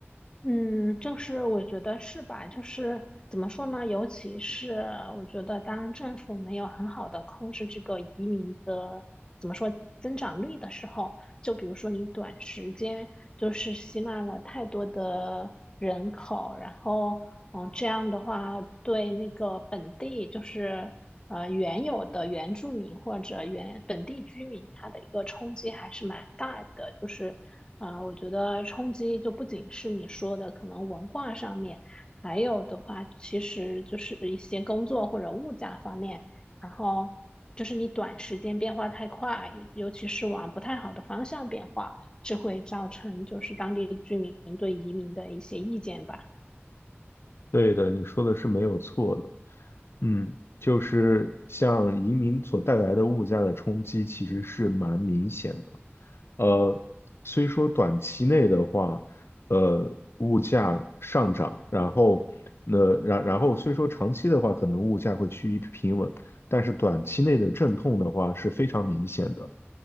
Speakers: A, on the left; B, on the left.
A: 嗯，就是我觉得是吧？就是怎么说呢？尤其是我觉得，当政府没有很好的控制这个移民的怎么说增长率的时候，就比如说你短时间就是吸纳了太多的人口，然后嗯，这样的话对那个本地就是呃原有的原住民或者原本地居民他的一个冲击还是蛮大的，就是啊、呃我觉得冲击就不仅是你说的可能文化上面，还有的话其实就是一些工作或者物价方面，然后就是你短时间变化太快，尤其是往不太好的方向变化，这会造成就是当地居民对移民的一些意见吧。
B: 对的，你说的是没有错的。嗯，就是像移民所带来的物价的冲击，其实是蛮明显的。呃，虽说短期内的话，呃，物价上涨，然后那然然后虽说长期的话，可能物价会趋于平稳，但是短期内的阵痛的话是非常明显的。